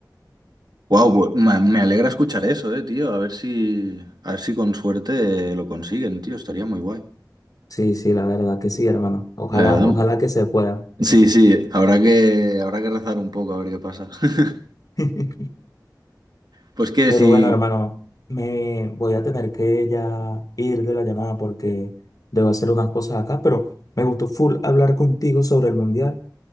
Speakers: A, on the right; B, on the left.
A: Wow, me alegra escuchar eso, eh, tío. A ver si, a ver si con suerte eh, lo consiguen, tío. Estaría muy guay.
B: Sí, sí, la verdad que sí, hermano. Ojalá,
A: La verdad.
B: ojalá que se pueda.
A: Sí, sí, habrá que, habrá que rezar un poco a ver qué pasa. <laughs>
B: <laughs>
A: Pues que
B: Pero
A: sí,
B: bueno, hermano, me voy a tener que ya ir de la llamada porque debo hacer unas cosas acá, pero me gustó full hablar contigo sobre el mundial.